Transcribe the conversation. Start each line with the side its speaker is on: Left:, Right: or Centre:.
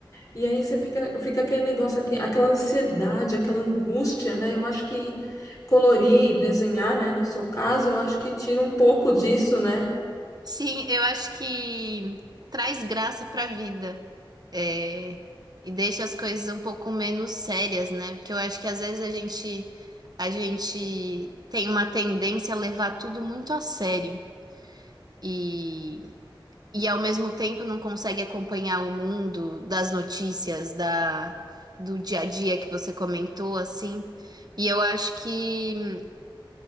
Left: E aí você fica, fica aquele negócio aqui, aquela ansiedade, aquela angústia, né? Eu acho que colorir, desenhar, né? No seu caso, eu acho que tira um pouco disso, né?
Right: Sim, eu acho que traz graça pra vida. É, e deixa as coisas um pouco menos sérias, né? Porque eu acho que às vezes a gente a gente tem uma tendência a levar tudo muito a sério e e ao mesmo tempo não consegue acompanhar o mundo das notícias da do dia a dia que você comentou assim. E eu acho que